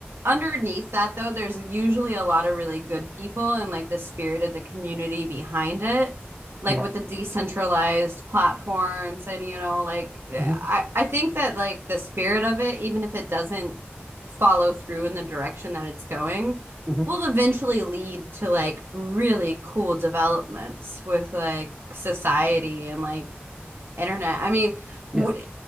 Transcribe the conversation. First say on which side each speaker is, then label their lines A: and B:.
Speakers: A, on the right; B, on the right.
A: underneath that though there's usually a lot of really good people and like the spirit of the community behind it like
B: Yeah.
A: with the decentralized platforms and you know like i
B: hmm
A: i think that like the spirit of it even if it doesn't follow through in the direction that it's going
B: hmm
A: will eventually lead to like really cool developments with like society and like internet. I mean, w-
B: Yeah.